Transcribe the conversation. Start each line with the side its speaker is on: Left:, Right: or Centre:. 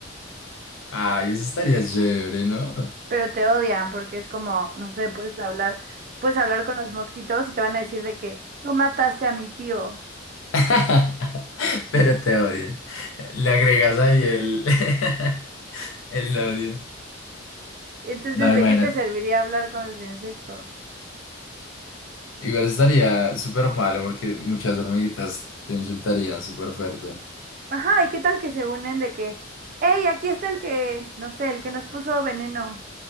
Left: Ay, eso estaría chévere, ¿no?
Right: Pero te odian porque es como, no sé, puedes hablar, puedes hablar con los mosquitos y te van a decir de que tú mataste a mi tío.
Left: <laughs> Pero te odian. Le agregas ahí el, <laughs> el odio.
Right: Entonces,
Left: No,
Right: ¿de
Left: imagínate.
Right: qué te serviría hablar con los insectos?
Left: Igual estaría súper malo porque muchas hormiguitas te insultarían súper fuerte.
Right: Ajá, ¿y qué tal que se unen de que, hey, aquí está el que, no sé, el que nos puso veneno?